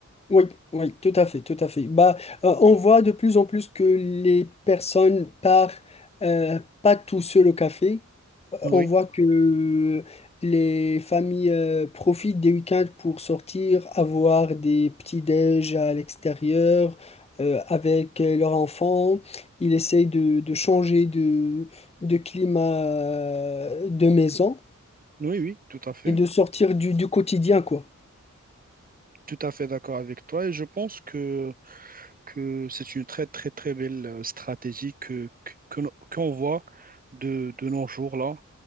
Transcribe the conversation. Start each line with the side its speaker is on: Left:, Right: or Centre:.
Left: Oui, oui, tout à fait, tout à fait. Bah, euh, on voit de plus en plus que les personnes partent euh, pas tout seul au café
Right: Oui,
Left: On voit que les familles euh, profitent des week-ends pour sortir, avoir des petits-déj à l'extérieur euh, avec euh, leurs enfants. Ils essayent de, de changer de, de climat euh, de maison
Right: oui, oui, tout à fait.
Left: et de sortir du, du quotidien, quoi.
Right: Tout à fait d'accord avec toi et je pense que, que c'est une très très très belle euh, stratégie que, que- que no- qu'on voit de, de nos jours là